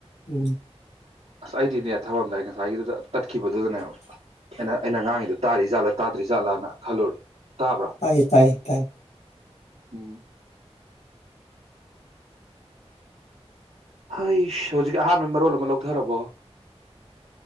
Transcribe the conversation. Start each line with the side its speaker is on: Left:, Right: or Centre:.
Left: ꯎꯝ
Right: ꯑꯁ ꯑꯩꯗꯤꯅꯦ ꯊꯕꯝꯗꯥꯏ ꯉꯁꯥꯏꯒꯤꯗꯨꯗ ꯇꯠꯈꯤꯕꯗꯨꯗꯅꯦꯕ ꯑꯩꯅ ꯑꯩꯅ ꯉꯥꯡꯉꯤ ꯉꯥꯛꯉꯤꯗꫭ ꯇꯔꯤ ꯖꯥꯠꯂ ꯇꯥꯗ꯭ꯔꯤꯖꯥꯠꯂꯥꯅ ꯈꯜꯂꯨꯔꯦ ꯇꯥꯕ꯭ꯔꯥ
Left: ꯇꯥꯏꯌꯦ ꯇꯥꯏꯌꯦ ꯇꯥꯏ
Right: ꯎꯝ ꯍꯣꯏ ꯍꯧꯖꯤꯛ ꯑꯍꯥꯟꯕꯩ ꯃꯔꯣꯜ ꯑꯃ ꯂꯧꯊꯔꯕꯣ